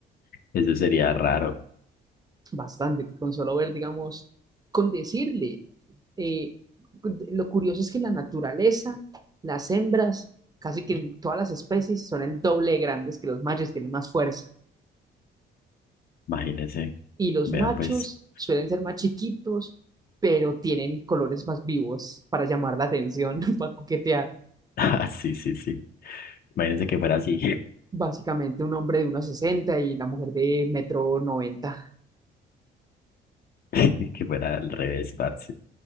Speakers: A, on the left; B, on the right.
A: Eso sería raro.
B: Bastante, con solo ver, digamos, con decirle eh, lo curioso es que en la naturaleza, las hembras, casi que en todas las especies, son el doble de grandes que los machos, tienen más fuerza.
A: Imagínense.
B: Y los
A: Vean,
B: machos
A: pues. <laughs>
B: suelen ser más chiquitos, pero tienen colores más vivos para llamar la atención, <laughs> para coquetear.
A: Ah, sí, sí, sí. Imagínense que fuera así.
B: Básicamente un hombre de unos 60 y la mujer de metro 90.
A: <laughs> Que fuera al revés, parce.